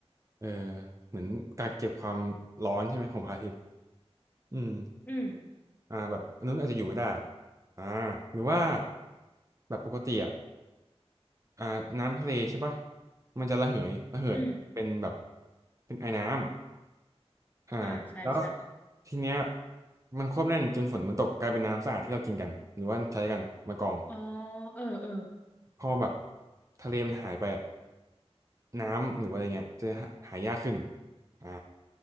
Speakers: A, on the right (about 30°); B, on the left (about 15°).
A: เออเหมือนกักเก็บความร้อนใช่ไหมของพระอาทิตย์อืม
B: อืม
A: อ่าแบบมนุษย์อาจจะอยู่ไม่ได้อ่าหรือว่าแบบปกติอ่ะอ่าน้ำทะเลใช่ปะมันจะระเหยระเหิดเป็นแบบ
B: อืม
A: เป็นไอน้ำ อ่าแล้ว
B: อ่าใช่ใช่
A: ทีเนี้ยมันควบแน่นจนฝนมันตกกลายเป็นน้ำสะอาดที่เรากินกันหรือว่าใช้กันมากรอง
B: อ๋อเออเออ
A: พอแบบทะเลมันหายไปอ่ะน้ำหรือว่าอะไรเงี้ยจะหาหายากขึ้นอ่า